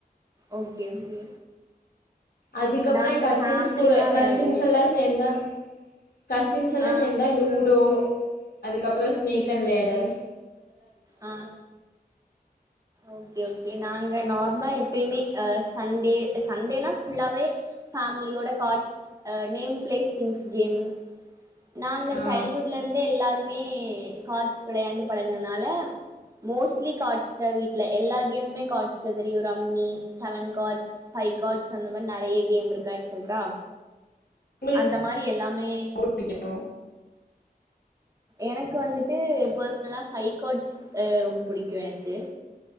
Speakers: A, on the right; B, on the left.
A: ஓக்கே ஓகே
B: அதுக்கப்புறொ
A: நாங்க
B: எ கசின்ஸ்
A: ஃபேமிலியா
B: கூட கசின்ஸ்
A: வெளையாடுவோ
B: எல்லா சேந்தா கசின்ஸ் எல்லா
A: ஆ
B: சேர்ந்தா லூடோ அதுக்கப்பறோ ஸ் ஸ்நேக் அன் லேடெர்ஸ்
A: ஆ ஓக்கே ஓகே நா நாங்க நார்ம்லா எப்பயுமே அ சண்டே சண்டேனா ஃபுல்லாவே ஃபேமிலியோட cards name place things game நாங்க
B: ஆ
A: சைல்டுட்லருந்தே எல்லாரு மே காட்ஸ் விளையாண்டு பழகுனனால மோஸ்ட்லி கார்ட்ஸ் தா வீட்டுல எல்லா கேம்மே கார்ட்ஸ்ல தெரியும் rummy seven cards five cards அந்த மாரி நெறய கேம் இருக்கா எக்சட்றா
B: உங்களுக்கு
A: அந்த மாரி எல்லாமே
B: புடிக்கு
A: எனக்கு வந்துட்டு பர்சனலா ஃபை கார்ட்ஸ் ரொம்ப பிடிக்கும் எனக்கு